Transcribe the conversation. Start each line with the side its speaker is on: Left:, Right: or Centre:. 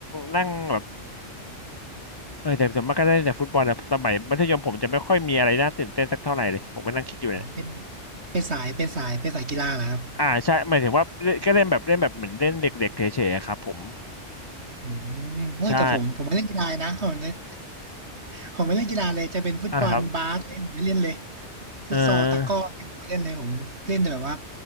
Left: นั่งแบบ เออแต่ส่วนมากก็ได้แต่ฟุตบอลนะสมัยมัธยมผมจะไม่ค่อยมีอะไรน่าตื่นเต้นสักเท่าไหร่เลยผมก็นั่งคิดอยู่เนี่ย
Right: อ๋อเป็นเป็นสายเป็นสายเป็นสายกีฬาเหรอครับ
Left: อ่าใช่หมายถึงว่าเล่นก็เล่นแบบเล่นแบบเหมือนเล่นเด็กๆเฉยๆอะครับผม
Right: อืมโอ้ยแต่ผมผมไม่เล่นกีฬานะผมเล่น
Left: ใช่
Right: ผมไม่เล่นกีฬาเลยจะเป็นฟุตบอลบาสเลยผมไม่เล่นเลย
Left: อ่าครับ
Right: ฟุตซอลตะกร้อผมไม่เล่นเลยผมเล่นแต่แบบว่า
Left: เออ